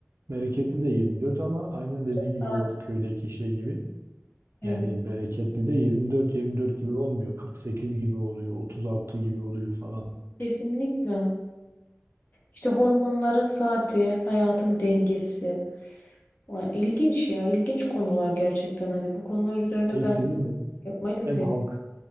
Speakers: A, on the right; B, on the left.
A: bereketli de 24 ama aynen dediğin
B: Saat.
A: gibi o köydeki şey gibi.
B: Evet.
A: Yani bereketli de 24 24 gibi olmuyor. 48 gibi oluyor, 36 gibi oluyor falan.
B: Kesinlikle. İşte hormonların saati, hayatın dengesi. Vay, İlginç ya. ilginç konular gerçekten. Hani bu konular üzerine
A: Peki
B: ben
A: sizin
B: yapmayı da
A: ev
B: seviyorum.
A: halkı